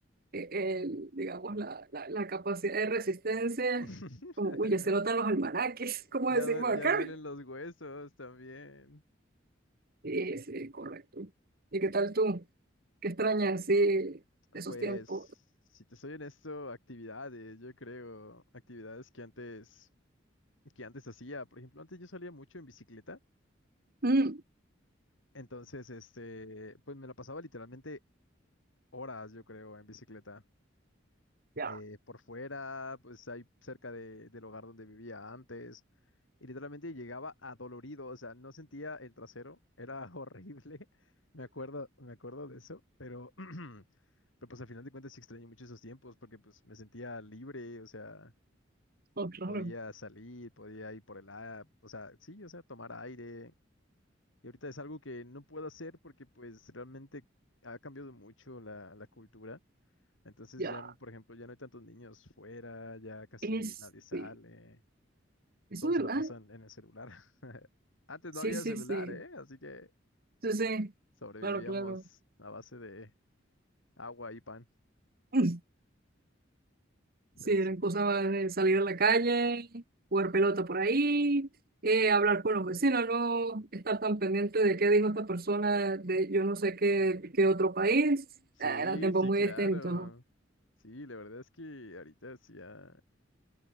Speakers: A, on the right; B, on the left.
A: eh, el, digamos, la, la, la capacidad de resistencia,
B: <laughs>
A: como, uy, ya se notan los almanaques, <laughs> como
B: Ya,
A: decimos
B: due-
A: acá.
B: ya duelen los huesos también.
A: Sí, sí, correcto. ¿Y qué
B: Sí.
A: tal tú? ¿Qué extrañas, sí, esos
B: Pues,
A: tiempos?
B: si te soy honesto, actividades, yo creo, actividades que antes, que antes hacía. Por ejemplo, antes yo salía mucho en bicicleta.
A: Mm,
B: Entonces, este, pues me la pasaba literalmente horas, yo creo, en bicicleta.
A: ya,
B: eh, por fuera, pues ahí cerca de- del hogar donde vivía antes. Y literalmente llegaba adolorido, o sea, no sentía el trasero, era <laughs> horrible. Me acuerdo, me acuerdo de eso, pero, <clears throat> pero pues al final de cuentas sí extrañé mucho esos tiempos porque pues me sentía libre, o sea,
A: oh, claro,
B: podía salir, podía ir por el aire, o sea, sí, o sea, tomar aire. Y ahorita es algo que no puedo hacer porque pues realmente ha cambiado mucho la la cultura. Entonces
A: ya,
B: ya, n- por ejemplo, ya no hay tantos niños fuera, ya casi
A: este.
B: nadie sale,
A: ¿Eso
B: todos
A: verdad?
B: se la pasan en el celular. <laughs> Antes
A: Sí,
B: no había
A: sí,
B: celular,
A: sí.
B: ¿eh? Así que
A: Sí, sí.
B: sobrevivíamos
A: Claro, claro. <clears throat>
B: a base de agua y pan.
A: <laughs> Sí,
B: Pero
A: eran
B: sí,
A: cosas más de salir a la calle, jugar pelota por ahí, eh, hablar con los vecinos, no estar tan pendiente de qué dijo esta persona de yo no sé qué, qué otro país.
B: sí,
A: Ah, Era tiempo
B: sí,
A: muy
B: claro.
A: distinto.
B: Sí, la verdad es que ahorita sí ya